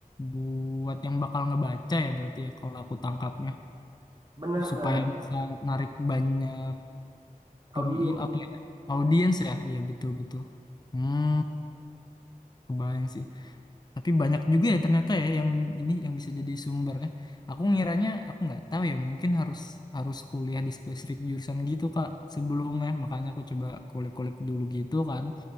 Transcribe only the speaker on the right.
Benar
gak?
Audiens